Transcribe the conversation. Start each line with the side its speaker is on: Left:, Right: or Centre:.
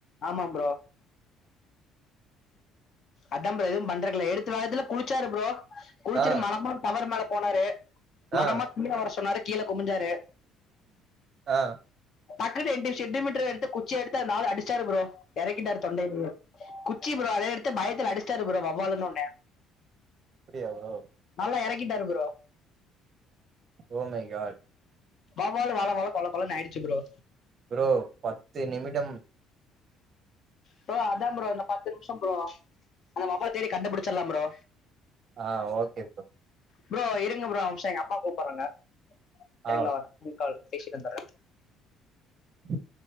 Left: ஆமா ப்ரோ அத ப்ரோ எதுவு பண்றதுக்கில்ல எடுத்து வாரத்துல குளிச்சாரு ப்ரோ குளிச்சுட்டு
Right: ஆ
Left: மணமா டவர் மேல போனாரு மனமா
Right: ஆ
Left: கீழ வர சொன்னாரு கீழ குமிஞ்சாரு
Right: ஆ
Left: டக்குனுட்டு எட்டு சென்டிமீட்டர் எடுத்து குச்சி எடுத்து அந்தாள அடிச்சாரு ப்ரோ எறக்கிட்டாரு தொண்டயிலயே ச்சி ப்ரோ அதையடுத்து பயத்துல அடிச்சாரு ப்ரோ வவ்வாலுனுடனே
Right: அப்டியா ப்ரோ
Left: நல்லா எறக்கிட்டாரு ப்ரோ
Right: ஓ மை காட்
Left: வவ்வால்லும் வளவள கொழகொழன்னு ஆயிடுச்சு ப்ரோ
Right: ப்ரோ பத்து நிமிடம்
Left: ப்ரோ அதா ப்ரோ இந்த பத்து நிமிஷம் ப்ரோ அந்த வவ்வால தேடி கண்டுபிடிச்சிடலா ப்ரோ
Right: ஆ ஓகே ப்ரோ
Left: ப்ரோ இருங்க ப்ரோ ஒரு நிம்ஷோ எங்க அம்மா கூப்பட்றாங்க
Right: ஆ
Left: இருங்கால்
Right: ஓகே
Left: ஒரு கால் பேசிட்டுந்தரே
Right: உஹம்